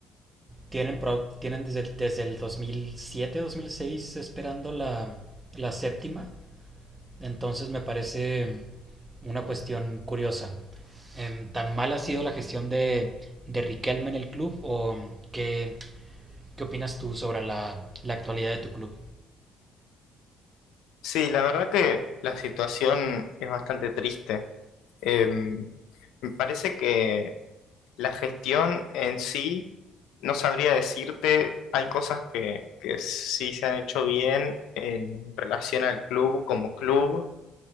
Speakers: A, on the right; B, on the left.
A: tienen, pro- tienen desde, el- desde el 2007, 2006 esperando la, la séptima, entonces me parece mm, una cuestión curiosa. Em, ¿Tan mal ha sido la gestión de, de Riquelme en el club o mm, qué, ¿Qué opinas tú sobre la, la actualidad de tu club?
B: Sí, la verdad que la situación es bastante triste. Em, me parece que la gestión en sí, no sabría decirte, hay cosas que, que sí se han hecho bien en relación al club como club,